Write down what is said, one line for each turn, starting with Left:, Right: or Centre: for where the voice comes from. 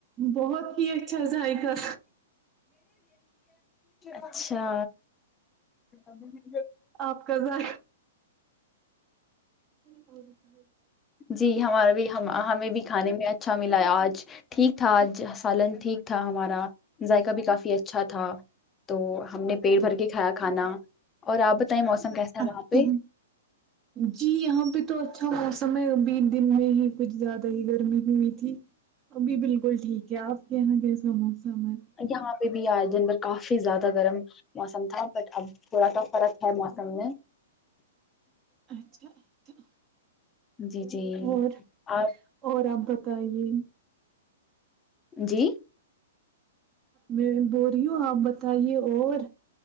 Right: بہت <unintelligible> تھا ذائکل
Left: اچھا <unintelligible>
Right: آپ کا ذا نہیں ب <unintelligible>
Left: جی ہمارے بھی ہمیں بھی کانے میں اچھا ملا آج ٹھیک تھا آج سالن ٹھیک تھا ہمارا ذائقہ بھی کافی اچھا تھا تو ہم نے پیٹ بھر کے کھایا کھانا اور آپ بتائیں موسم کیسا ہے
Right: اچھا
Left: وہاں پہ
Right: جی یہاں پہ <unintelligible> تو اچھا موسم ہے ابھی دن میں ہی کچھ زیادہ ہی گرمی ہوئی تھی ابھی بالکل ٹھیک ہے آپ کے یہاں کیسا موسم سمت <unintelligible>
Left: یہاں بھی آئے دن بھر کافی زیادہ گرم موسم تھا بٹ اب تھوڑا سا فرق ہے موسم میں
Right: اچھاچ <unintelligible>
Left: جی جی
Right: اور
Left: آپ
Right: اور آپ بتائیے <unintelligible>
Left: جی <unintelligible>
Right: میں بہت ی ہو آپ بتائیے اور